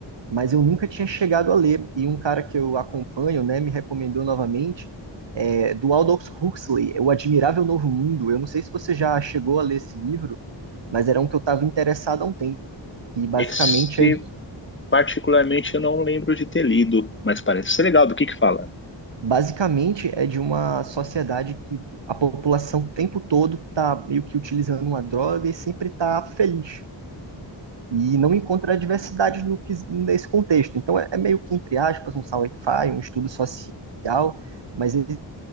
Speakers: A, on the right (about 70°); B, on the left (about 25°).
A: mas eu nunca tinha chegado a ler. E um cara que eu acompanho, né, me recomendou novamente, é, do Aldous Huxley, O Admirável Novo Mundo. Eu não sei se você já chegou a ler esse livro, mas era um que eu estava interessado há um tempo. E basicamente
B: Esse,
A: é
B: particularmente, eu não lembro de ter lido, mas parece ser legal. Do que que fala?
A: Basicamente, é de uma sociedade que a população o tempo todo está meio que utilizando uma droga e sempre está feliz. E não encontra diversidade no, que- nesse contexto. Então, é, é meio que, entre aspas, um sci-fi, um estudo social, mas esse,